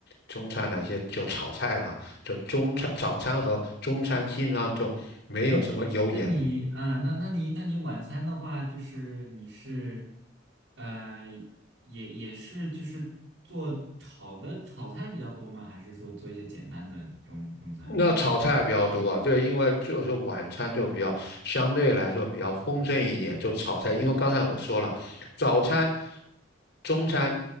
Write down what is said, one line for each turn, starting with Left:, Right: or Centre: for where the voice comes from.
Left: 中餐来些就炒菜啦。
Right: 嗯。
Left: 就中餐、早餐和中餐基本上就没有什么油盐。
Right: 哎，那你啊、那那你那你晚餐的话，就是你是呃，也也是就是做炒的炒菜比较多吗？还是说做一些简单的中中餐？
Left: 那炒菜比较多啊，
Right: 嗯嗯
Left: 对，因为就是晚餐就比较相对来说比较丰盛一点，
Right: 哦
Left: 就炒菜。
Right: 哦
Left: 因为刚才我说了，早餐、中餐